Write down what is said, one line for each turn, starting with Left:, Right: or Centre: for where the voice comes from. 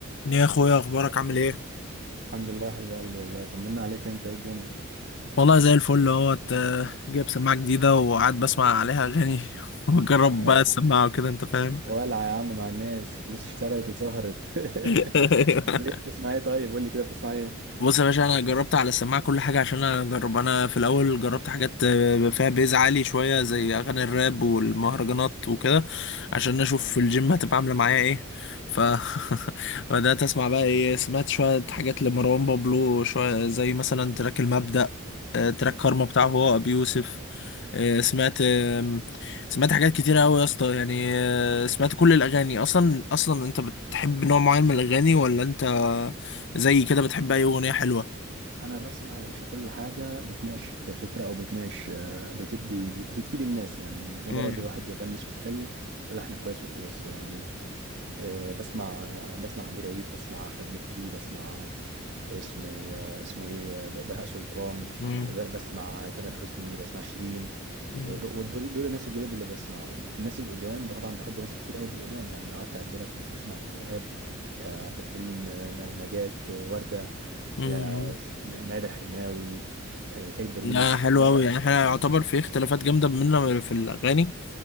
Left: يا اخويا اخبارك عامل ايه
Right: الحمد لله يا حبيب قلبي والله طمنا عليك انت ايه الدنيا
Left: والله زي الفل اهوت آه، جايب سماعه جديده وقاعد بسمع عليها اغاني <laughs> وبجرب
Right: ايوه
Left: بقى السماعه
Right: يا عم
Left: وكده انت فاهم
Right: ولع يا عم مع الناس الفلوس اشتغلت وسهرت
Left: <laughs>
Right: <laughs> ليه بتسمع ايه طيب قول لي كده بتسمع ايه
Left: بص يا باشا انا جربت على السماعه كل حاجه عشان اجرب انا في الاول جربت حاجات آه، فيها بيز عالي شويه زي اغاني الراب والمهرجانات وكده عشان اشوف في الجيم هتبقى عامله معايا ايه ف <laughs> بدات اسمع بقى ايه سمعت شويه حاجات لمروان بابلو شويه زي مثلا تراك المبدأ آه، تراك كارما بتاعه هو ابي يوسف آه، سمعت آم، سمعت حاجات كتيرة أوي يا اسطى يعني آه، سمعت كل الأغاني أصلا أصلا أنت بتحب نوع معين من الأغاني ولا أنت زي كده بتحب أي أغنية حلوة؟
Right: انا بسمع يا باشا كل حاجه بتناقش فكره او بتناقش آه، بتدي بتفيد الناس يعني مش مجرد
Left: مم،
Right: الواحد بيغني صوت حلو ولحن كويس وخلاص يعني آه، بسمع آه، بسمع امير عيد بسمع احمد مكي بسمع اسمه آه، اسمه ايه آه، بهاء سلطان
Left: مم،
Right: ب- بسمع تامر حسني بسمع شيرين
Left: مم،
Right: آه، ب- ودول دول الناس الجداد اللي بسمعهم الناس القدام طبعا بحب ناس كتير قوي في القدام يعني لو قعدت اعد لك ام كلثوم عبد الوهاب آه، عبد الحليم آه، ن- نجاة آه، وردة
Left: مم.
Right: آه، ماذا الحناوي آه، سيد درويش
Left: لا حلو
Right: لا لا
Left: أوي يعني احنا يعتبر في اختلافات جامدة بينا في الأغاني